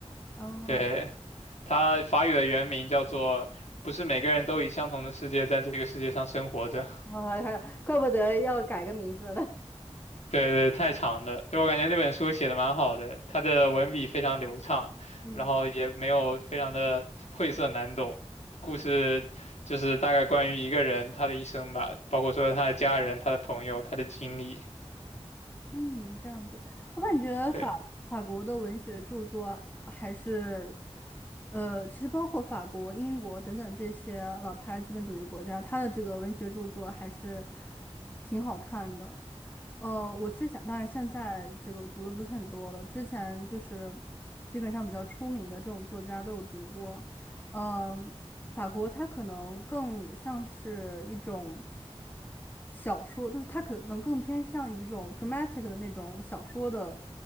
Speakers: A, on the left; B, on the left.
A: 啊，
B: 对，他法语的原名叫做《不是每个人都以相同的世界在这个世界上生活着》，
A: 啊，<laughs> 怪不得要改个名字呢。
B: 对对，太长了。就我感觉那本书写的蛮好的，他的文笔非常流畅，
A: <laughs> 嗯
B: 然后也没有非常的晦涩难懂。故事就是大概关于一个人他的一生吧，包括说他的家人、他的朋友、他的经历。
A: 嗯，这样子，我感觉法法国的文学著作还是，
B: 对
A: 呃，其实包括法国、英国等等这些老牌资本主义国家，它的这个文学著作还是挺好看的。呃，我之前当然现在这个读的不是很多了，之前就是基本上比较出名的这种作家都有读过，嗯、法国它可能更像是一种小说，就是它可能更偏向于一种 dramatic 的那种小说的